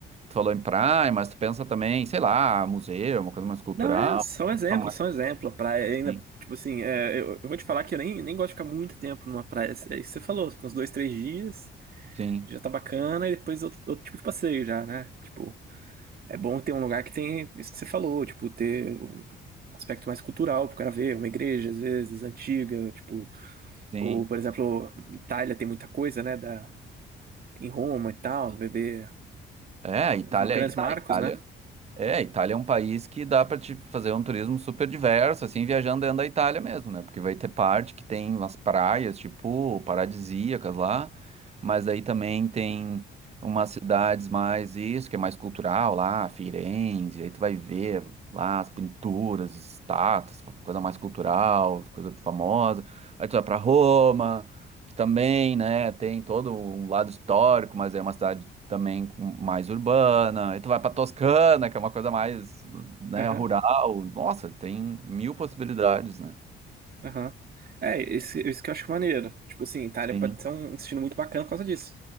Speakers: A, on the right; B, on the right.
A: Tu falou em praia, mas tu pensa também, sei lá, museu, uma coisa mais cultural.
B: não, é só um exemplo,
A: uma mais-
B: só um exemplo. A praia ainda,
A: Sim,
B: tipo assim, é, eu, eu vou te falar que eu nem, nem gosto de ficar muito tempo numa praia. É isso que você falou, fica uns dois, três dias,
A: sim,
B: já tá bacana, e depois outro, outro tipo de passeio já, né? Tipo, é bom ter um lugar que tem isso que você falou, tipo, ter um aspecto mais cultural pro cara ver, uma igreja, às vezes, antiga, tipo,
A: sim.
B: ou, por exemplo, Itália tem muita coisa, né, da, em Roma e tal, beber.
A: É, a Itália,
B: Os grandes
A: aí que tá.
B: marcos,
A: a Itália.
B: né?
A: É, a Itália é um país que dá para te fazer um turismo super diverso, assim, viajando dentro da Itália mesmo, né? Porque vai ter parte que tem umas praias, tipo, paradisíacas lá, mas daí também tem umas cidades mais isso, que é mais cultural lá, Firenze, aí tu vai ver lá as pinturas, estátuas, coisa mais cultural, coisa famosa. Aí tu vai para Roma, que também, né, tem todo um lado histórico, mas é uma cidade também com- mais urbana. E tu vai pra Toscana, que é uma coisa mais, né,
B: Aham,
A: rural. Nossa, tem mil possibilidades, né?
B: aham. É, esse, isso que eu acho maneiro. Tipo assim, Itália
A: Sim,
B: pode ser um um destino muito bacana por causa disso.